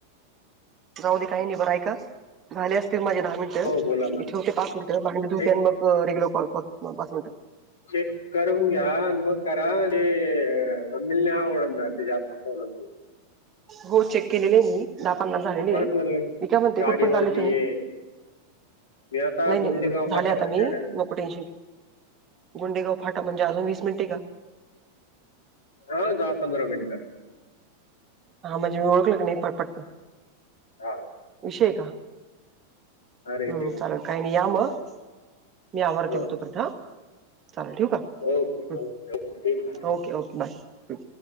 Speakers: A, on the right; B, on the left.
A: जाऊ दे काही नाही बरय का झाले असतील माझे दहा मिनट.
B: हो बोला ना
A: इथे होते पाच मिनिट भांडध होते
B: चेक
A: आणि मग रेग्युलर कॉॉ पाच मिनिट
B: चेक करून घे. हन मग कराली मम नाही आवडणार जातण
A: हो चेक केलेले आहे मी दहा पन्नास झालेले
B: ते परत
A: आहे
B: म्हणले
A: मी काय म्हणते
B: गाडीवरती
A: कुठ पण चालय तुम्ही?
B: ये मी आता
A: नाही
B: गुंडेगाव
A: नाही झाले
B: फाट्यावरती
A: आता मी
B: आलेलो
A: नको टेन्शन घे. गुंडेगा फाटेल म्हणजे अजून वीस मिनटे काय?
B: हा दहा पधरा मनिट
A: हा म्हणजे मी ओळखलं नाही पटपट
B: हो.
A: विषय आहे काय
B: अरे
A: हम् चालेल काही नाही या मग मी आवारते
B: हो
A: तोपयंत चालेल ठीक आहे.
B: Okay okay
A: okay ओके bye.